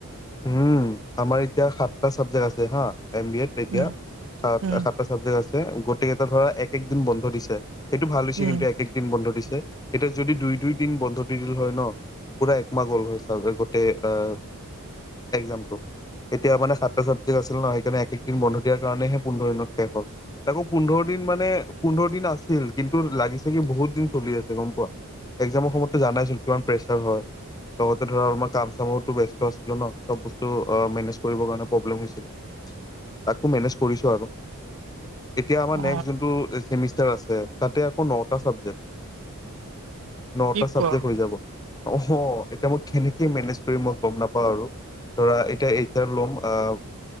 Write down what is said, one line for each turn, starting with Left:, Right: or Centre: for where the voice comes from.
Left: উম আমাৰ এতিয়া সাতটা চাবজেক্ট আছে হা। এম বি এড তেতিয়া
Right: উম
Left: সাত
Right: উম
Left: সাতটা চাবজেক্ট আছে গোটেই কেইটা ধৰা এক এক দিন বন্ধ দিছে। এইেইটো ভাল হৈছে
Right: উম
Left: কিন্তু এক এক দিন বন্ধ দিছে এতিয়া। যদি দুই দুই দিন বন্ধ দি দিল হয় ন পুৰা একম গল হৈ চ গোটেই আহ- এজামটো- এতিয়া মানে ছাত্ৰ ছাবজেক্ট আছিল ন সেইকাৰণে একদিন বন্ধ দিয়াৰ কাৰণেহে পোন্ধৰ দিন শেষ হ'ল আাকৌ পোন্ধৰ দিন। মানে পোন্ধৰ দিন আছিল কিন্তু লাগিছে কি বহুত দিন চলি আছে গম পোৱা। এক্জামৰ সময়ততো জানাইচোন কিমান প্ৰেচাৰ হয় লগতে ধৰা আলমাৰ কাম চামোো ব্যস্ত আছিলো। ন চব বস্তু মেনেজ কৰিবৰ কাৰণ প্ৰব্লেম হৈছিল। তাকো মেনেজ কৰিছোঁ আৰু- এতিয়া আমাৰ
Right: অ
Left: নেক্ যোনটোেমষ্টাৰ আছে তাতে আকৌ নটা চাবজেক্ট- নটা
Right: কি
Left: চাবজেক্ট
Right: কোৱা
Left: হৈ যাব অ এতিয়া মই কেনেকে মেনেজ কৰি মই গম নাপাওঁ আৰু- ধৰা এতিয়া এতিয়া ল'ম আহ